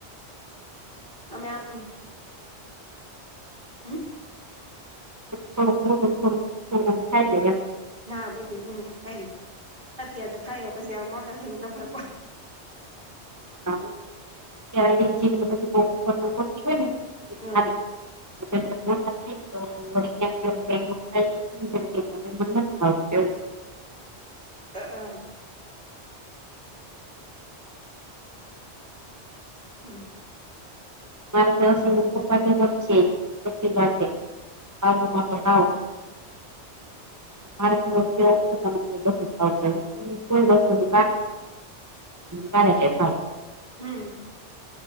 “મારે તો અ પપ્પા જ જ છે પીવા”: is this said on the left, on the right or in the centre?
Right